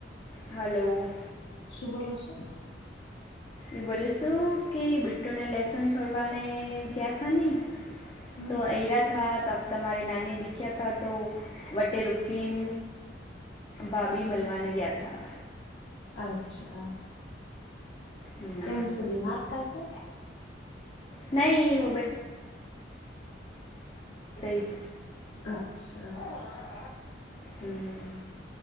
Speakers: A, on the left; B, on the left.
A: હલો
B: શું બોલો છો?
A: એ બોલે શું કે બીટ્ટુને લેસન છોડવાને ગયા થા નહી
B: હમ
A: તો ઈરા થા તબ તમારી નાની દીખ્યા થા તો વટે રુકીન ભાભી મલવાને ગયા થા
B: અચ્છા
A: હમ.
B: કેમ બીમાર થાય છે?
A: નહીં <unintelligible>
B: અચ્છા
A: હમ